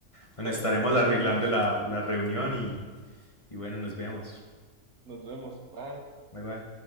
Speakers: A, on the left (about 25°); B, on the right (about 80°).
A: Bueno,
B: <laughs>
A: estaremos
B: Exactamente,
A: arreglando la, la reunión y, y bueno, nos vemos.
B: nos vemos, bye.
A: Bye bye.